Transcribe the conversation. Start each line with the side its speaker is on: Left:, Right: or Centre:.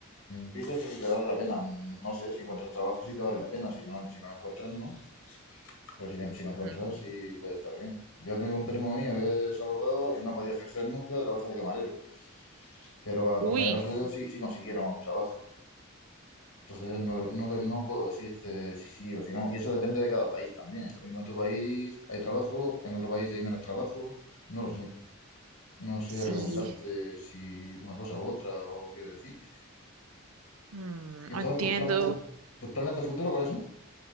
Left: dices que si te vale la pena, no sé, si encuentras trabajo si te vale la pena, si no, si no lo encuentras, no. Pero si, si lo encuentras,
Right: Mm,
Left: sí puede estar bien. Yo tengo un primo mío que es abogado y no ha podido ejercer nunca, trabaja de camarero, pero a
Right: Uy,
Left: compañeros Bueno, suyos sí, sí consiguieron trabajo. Entonces no, no, te- no puedo decirte si sí o si no. Y eso depende de cada país también. Lo mismo en tu país hay trabajo, en otro país hay menos trabajo, no lo sé. No sé
Right: sí,
Left: sí. recomendarte si una cosa u otra o qué decirte.
Right: mm,
Left: ¿Y entonces
Right: entiendo.
Left: tus Bueno, planes de, tus planes de futuro cuáles son?